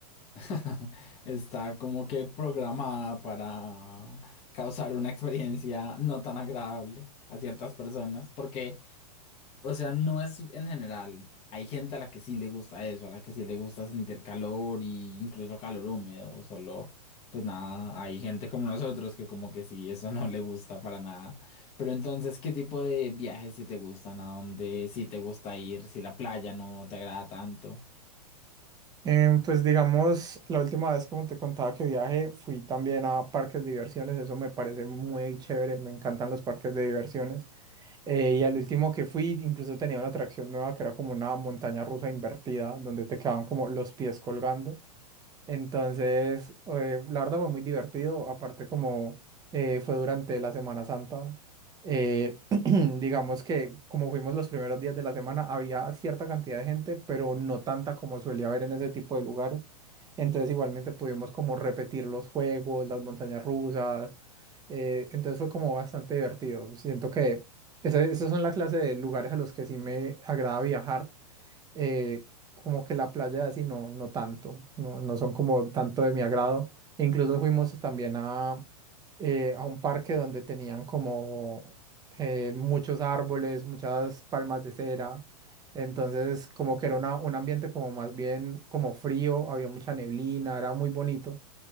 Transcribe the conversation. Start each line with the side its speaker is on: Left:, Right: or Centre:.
Left: <laughs> Está como que programada para causar una experiencia no tan agradable a ciertas personas, porque O sea, no es en general. Hay gente a la que sí le gusta eso, a la que sí le gusta sentir calor y incluso calor húmedo, solo, pues nada, hay gente como nosotros que como que sí, eso no le gusta para nada. Pero entonces, ¿qué tipo de viajes sí te gustan? ¿A dónde sí te gusta ir? Si la playa no te agrada tanto.
Right: Em, pues digamos, la última vez, como te contaba que viaje, fui también a parques de diversiones, eso me parece muy chévere, me encantan los parques de diversiones. Eh, y al último que fui, incluso tenía una atracción nueva que era como una montaña rusa invertida, donde te quedaban como los pies colgando. Entonces, eh, la verdad fue muy divertido, aparte como eh, fue durante la Semana Santa, eh, <clears throat> digamos que como fuimos los primeros días de la semana, había cierta cantidad de gente, pero no tanta como suele haber en ese tipo de lugares. Entonces, igualmente pudimos como repetir los juegos, las montañas rusas. eh, entonces fue como bastante divertido. Siento que ese- esos son la clase de lugares a los que sí me agrada viajar eh, como que la playa así no, no tanto, no, no son como tanto de mi agrado. E incluso fuimos también a, eh, a un parque donde tenían como eh, muchos árboles, muchas palmas de cera. Entonces como que era una- un ambiente como más bien como frío, había mucha neblina, era muy bonito.